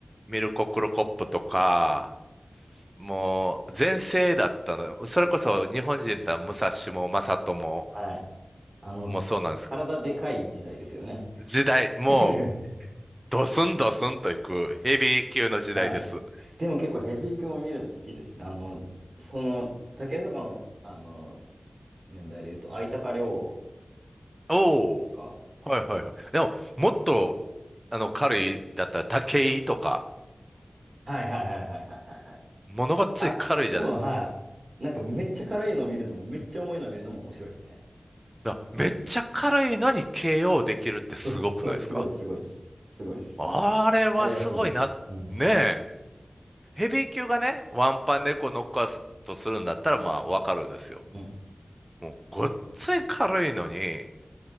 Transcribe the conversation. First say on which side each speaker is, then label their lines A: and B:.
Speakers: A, on the right; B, on the right.
A: ミルコ・クルコップとか、もう全盛だったの。それこそ日本人だったら武蔵も正人も、
B: はい。あの、
A: もうそうなんですけど、
B: 体でかい時代ですよね。
A: 時代、もう
B: <laughs>
A: ドスンドスンといくヘビー級の時代です。
B: はい。でも結構ヘビー級を見るの好きですね。あの、その、タケルとかの、あの、年代で言うと、相高亮選手とか、
A: おお。はいはいはい。でも、もっと、あの、軽いだったら武井とか、
B: はいはいはいはいはいはいはい。
A: ものがつい軽いじゃないですか。
B: あっちも、はい。なんかめっちゃ軽いの見るのも、めっちゃ重いの見るのも面白いですね。
A: だからめっちゃ軽いのに KO できるってすごくないですか
B: そう、そう、すごい、すごいです。すごいです。
A: あれはすごいな。
B: あれはすごい。うん、
A: ねえ。ヘビー級がね、ワンパン猫乗っノックアウトするんだったら、まあ、わかるんですよ。
B: うん、
A: もうごっつい軽いのに、